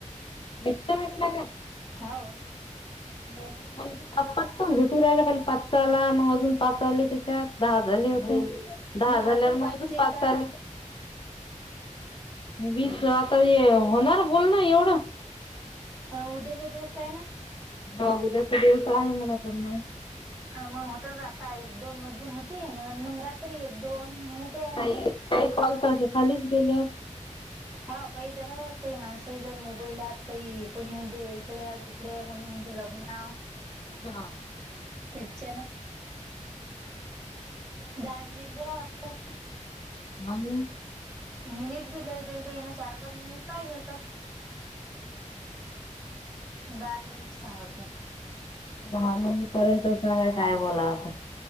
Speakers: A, on the left; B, in the centre.
A: भ म्हंटला का?
B: हो
A: म पाच झू राहिला पाच आला. मग अजून पाच आले त्याच्यात दहा हजार हो दहा
B: मग अजून
A: झाल्याून
B: पाचचे येतात
A: पाच ले. वीस आता हे होणार? बोल ना एवढं
B: अं उद्याचे दिवस आहे. ना
A: हा उद्याचा दिवस आहे मला पण, मग
B: अ मग होतच आता एक दोन अजून होती. ना मग रात्री एक दोन मग उद्या.
A: काही काही कॉलते खालीच गेले.
B: हा काही जातात. काही माणसाही जण मोबाईलत काही कोणी म्हणते इकडे तिकडे कोणी म्ह ते लग्नं
A: हां
B: त्यांच्या ना दहा मिनिट बोला लागतं
A: हां
B: म मिनिट भी दई देईल देना चार पाच मिनिटं पाहिजे होतं ना नीट सांगतलं
A: धा मिनिट पर्यंत स काय बोलावता